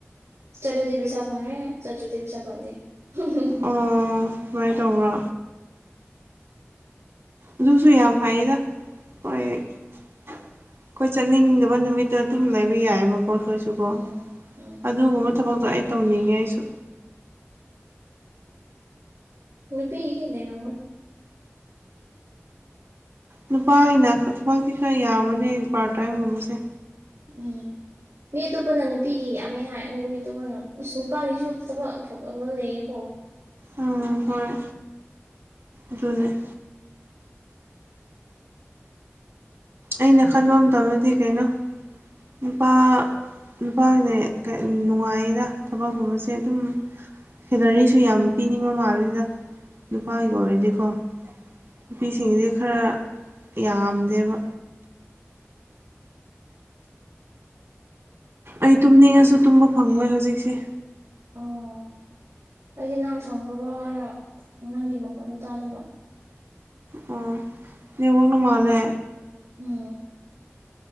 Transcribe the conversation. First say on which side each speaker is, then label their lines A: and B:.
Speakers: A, on the right; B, on the right.
A: ꯆꯠꯂꯗꯤ ꯄꯩꯁꯥ ꯐꯦꯉ‌ꯦ ꯆꯠꯇꯔꯗꯤ ꯄꯩꯁꯥ ꯐꯪꯗ‌ꯩ ꯍꯨꯝ ꯍꯨꯝ
B: ꯑꯣ ꯁꯨꯃꯥꯏꯅ ꯇꯧꯕ꯭ꯔꯥ ꯑꯗꯨꯁꯨ ꯌꯥꯝ ꯐꯩꯗ ꯍꯣꯏ ꯑꯩꯈꯣꯏ ꯆꯠꯅꯤꯡꯗꯕ ꯅꯨꯃꯤꯠꯇꯣ ꯑꯗꯨꯝ ꯂꯩꯕ ꯌꯥꯏꯑ‌ꯦꯕ ꯍꯣꯏ ꯍꯣꯏꯁꯨꯀꯣ
A: ꯎꯝ ꯎꯝ
B: ꯑꯗꯨꯒꯨꯝꯕ ꯊꯕꯛꯇꯣ ꯑꯩ ꯇꯧꯅꯤꯡꯉꯦ ꯑꯩꯁꯨ
A: ꯅꯨꯄꯤ ꯒꯤꯗꯤ ꯂꯩꯔꯝꯃ‌ꯣꯏꯗ
B: ꯅꯨꯄꯥꯒꯤꯅ ꯊꯕꯛꯇꯤ ꯈꯔ ꯌꯥꯝꯕꯅꯦ ꯄꯥꯔꯠ ꯇ꯭ꯔꯥꯏꯝ ꯒꯨꯝꯕꯁꯦ
A: ꯎꯝ ꯃꯤ ꯑꯇꯣꯞꯄꯅ ꯅꯨꯄꯤꯒꯤ ꯌꯥꯝꯃꯦ ꯍꯥꯏ ꯅꯣꯏ ꯃꯤꯇꯣꯞꯄꯅ ꯅꯨꯄꯥꯒꯤꯁꯨ ꯐꯕꯛ ꯑꯐꯕ ꯂꯩꯌꯦꯕꯣ
B: ꯎꯝ ꯍꯣꯏ ꯑꯗꯨꯅꯦ ꯑꯩꯅ ꯈꯟꯕ ꯑꯝ ꯇꯧꯔꯗꯤ ꯀꯩꯅꯣ ꯅꯨꯄꯥ ꯅꯨꯄꯥꯒꯤꯅꯦ ꯅꯨꯡꯉꯥꯏꯗ ꯊꯕꯛꯀꯨꯝꯕꯁꯦ ꯑꯗꯨꯝ ꯁꯦꯂꯔꯤꯁꯨ ꯌꯥꯝ ꯄꯤꯅꯤꯡ ꯃꯃꯥꯜꯂꯤꯗ ꯅꯨꯄꯥꯒꯤ ꯑꯣꯏꯔꯗꯤꯀꯣ ꯅꯨꯄꯤꯁꯤꯡꯒꯤꯗꯤ ꯈꯔ ꯌꯥꯝꯗꯦꯕ ꯑꯩ ꯇꯨꯝꯅꯤꯡꯉꯁꯨ ꯇꯨꯝꯕ ꯐꯪꯉꯣꯏ ꯍꯧꯖꯤꯛꯁꯦ
A: ꯑꯣ ꯑꯩꯗꯤ ꯅꯪ ꯊꯝꯈ꯭ꯔꯕꯣ ꯍꯥꯏꯔꯥ ꯅꯪꯒꯤ ꯃꯈꯣꯟꯗꯣ ꯇꯥꯗꯕ
B: ꯑꯣ ꯅꯦꯠꯋꯥꯛꯅ ꯃꯥꯜꯂꯦ
A: ꯎꯝ